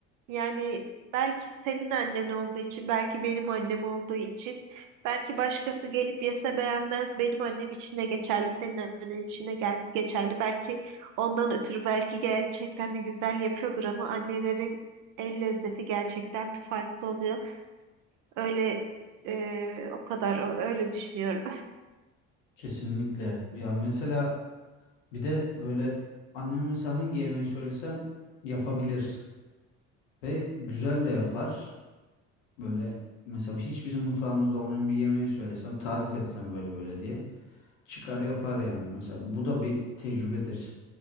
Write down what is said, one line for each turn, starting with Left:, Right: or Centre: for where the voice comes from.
Right: Yani belki senin annen olduğu için, belki benim annem olduğu için, belki başkası gelip yese beğenmez. Benim annem için de geçerli, senin annen için de gel- geçerli. Belki ondan ötürü belki gerçekten de güzel yapıyordur ama annelerin el lezzeti gerçekten bir farklı oluyor. Öyle e, o kadar ö- öyle düşünüyorum. <laughs>
Left: Kesinlikle. Ya mesela Bir de böyle anneme mesela hangi yemeği söylesem yapabilir ve güzel de yapar. Böyle mesela hiç bizim mutfağımızda olmayan bir yemeği söylesem, tarif etsem böyle böyle diye çıkar yapar yani. Mesela bu da bir tecrübedir.